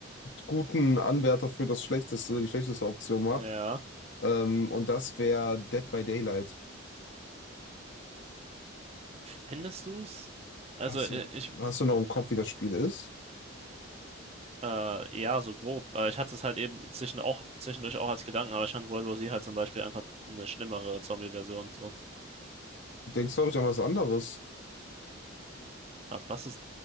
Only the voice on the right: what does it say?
Ja.
Findest du's? Also,
äh,
ich,
äh, ja, so grob. Aber ich hatte es halt eben zwischen auch, zwischendurch auch als Gedanken, aber ich fand World War Z halt zum Beispiel einfach eine schlimmere Zombie-Version. So,
warte, was ist.